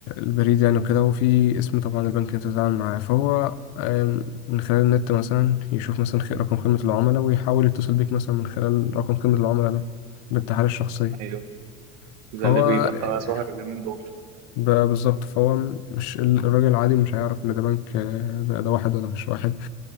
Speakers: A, on the left (about 60°); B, on the right (about 75°).
A: البريد يعني وكده وفي اسم طبعا البنك انت بتتعامل معاه فهو آم، من خلال النت مثلا يشوف مثلا خ- رقم خدمة العملاء ويحاول يتصل بيك مثلا من خلال رقم خدمة العملاء ده بالتحاليل الشخصية
B: ايوه ده
A: فهو
B: اللي بيبقى
A: آه،
B: ظاهر اليومين دول
A: ب- بالظبط فهو مش ال- الراجل العادي مش هيعرف ان ده بنك آه، ده ده واحد ولا مش واحد